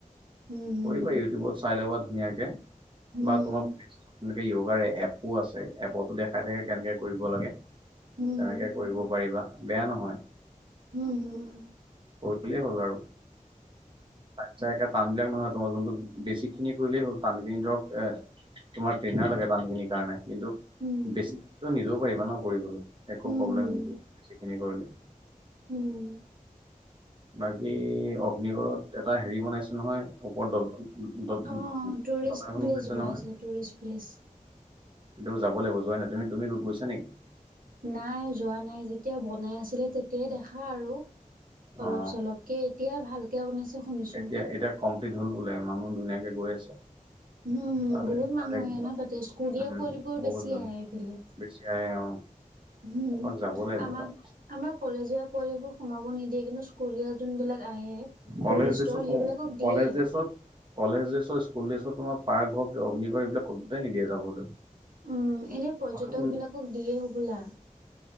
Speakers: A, on the right; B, on the right.
A: উম
B: কৰিবা ইউটিউবত চাই ল'বা ধুনীয়াকে
A: হুম
B: বা তোমাৰ <unintelligible> এপো আছে এপতো দেখাই থাকে কেনেকৈ কৰিব লাগে তেনেকে
A: হুম
B: কৰিব পাৰিবা। বেয়া নহয়।
A: হম হম।
B: কৰিলে হ'ল আৰু তাকছা একে তানবিলাক নহয়। তোমাৰ যোনটো বেছিক খিনি কৰিলেই হ'ল টান খিনি ধৰক এ তোমাৰ ট্ৰেইনাৰ লাগে টান খিনিৰ কাৰণে। কিন্তু
A: হুম হুম
B: বেছিকো নিজো ইমানো কৰিবলৈ একো
A: হুম
B: প্ৰব্লেম
A: হুম
B: নিদে বেছিকখিনি কৰিলে।
A: হুম
B: বাকী অগ্নিগড়ত এটা হেৰি বনাইছো নহয় ওপৰত দল।
A: অ' টুৰিষ্ট
B: দলং এখন
A: প্লেচ
B: বনাইছে
A: বলাইছে
B: নহয়
A: টুৰিষ্ট প্লেচ।
B: <unintelligible> যাব লাগিব যোৱা নাই তুমি তুমি গৈছা নেকি।
A: নাই যোৱা নাই যেতিয়া বনাই আছিলে তেতিয়াই দেখা আৰু। অলপ
B: অ
A: চলপ কে এতিয়া ভালকে বনাইছে। শুনিছো।
B: এতিয়া এতিয়া কমপ্লিট হ'ল বোলে মানুহ ধুনীয়াকে গৈ আছে।
A: উম
B: তাৰে
A: বহুত
B: তাৰে
A: মানুহ আহে ন তাতে স্কুলীয়া
B: উম
A: পঢ়িবোৰ
B: বহুত
A: বেছি
B: হয়
A: আহে আহফালে।
B: বেছি আহে অ'।
A: উম
B: এপাক যাব লাগিব
A: আমাক
B: তাত
A: আমাৰ কলেজীয়া পৰিবোৰ সোমাব নিদিয়ে কিন্তু স্কুলীয়া। যোনবিলাক আহে টুৰিষ্টৰ
B: কলেজ দ্ৰেচত
A: সেইবিলাকক দিয়ে।
B: কলেজ দ্ৰেচত কলেজ দ্ৰেচত কলেজৰ তোমাৰ পাৰ্ঘৰ অগ্নিগড এইবিলাক ক'তোতে নিদিয়ে যাবলৈ।
A: উম এনে পৰ্যটক
B: বাহিৰা
A: বিলাকক দিয়ে হ'বলা।